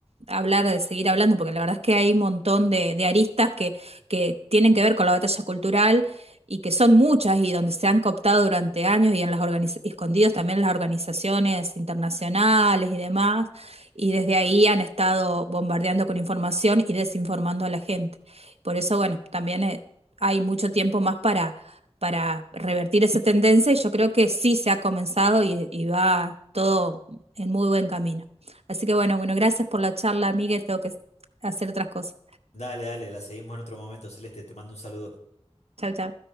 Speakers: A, on the right; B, on the left.
A: hablar, de seguir hablando, porque la verdad es que hay un montón de, de aristas que, que tienen que ver con la batalla cultural y que son muchas y donde se han cooptado durante años y en las organiz- y escondidos también en las organizaciones internacionales y demás, y desde ahí han estado bombardeando con información y desinformando a la gente. Por eso, bueno, también eh, hay mucho tiempo más para revertir esa tendencia y yo creo que sí se ha comenzado y, y va todo en muy buen camino. Así que bueno, bueno, gracias por la charla, Miguel, tengo que hacer otras cosas.
B: Dale, dale, la seguimos en otro momento, Celeste, te mando un saludo.
A: chau chau